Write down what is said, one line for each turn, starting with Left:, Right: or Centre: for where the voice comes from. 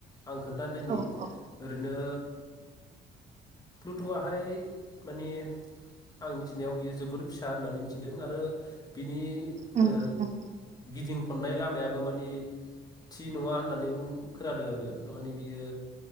Left: आं खोन्थानायनि
Right: औ औ
Left: ओरैनो फ्लुट'आहाय माने आं मिथिनायाव बियो जोबोर फिसा होननानै मिथिदों आरो बिनि
Right: उम
Left: ओ
Right: उम
Left: गिदिं खननाय लामायाबो मानि थि नङा होननानै बुं खोनादों आङो थारमानि बियो